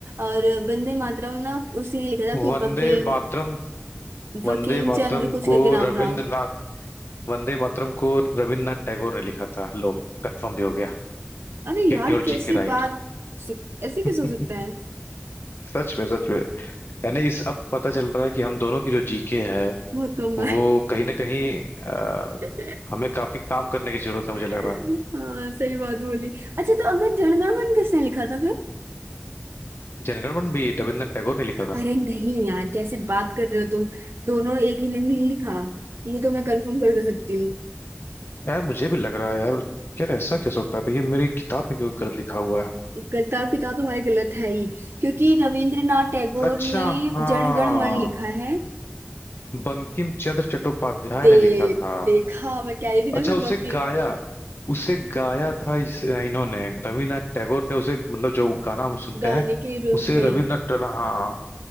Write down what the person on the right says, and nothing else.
और वंदे मातरम ना उसी ने लिखा था कोई
वकीम
वकीम
चंद्र कुछ करके
नाम
था
अरे
यार
कैसे
बात सक- ऐसे कैसे
हो सकता है
बहुत कम
है
<laughs>
हाँ
सही बात बोली अच्छा तो अगर जनगण मन किसने लिखा था फिर
अरे
नहीं यार कैसे बात कर रहे हो तुम दोनों एक ही ने नहीं लिखा ये तो मैं कंफर्म कर कर सकती हूँ
गलता किताब तुम्हारी गलत है ही क्योंकि रविंद्रनाथ टैगोर
ने
जनगण मन लिखा है
दे
देखा मैं कह रही थी ना
कोई
बाकी
गाने
के रूप
में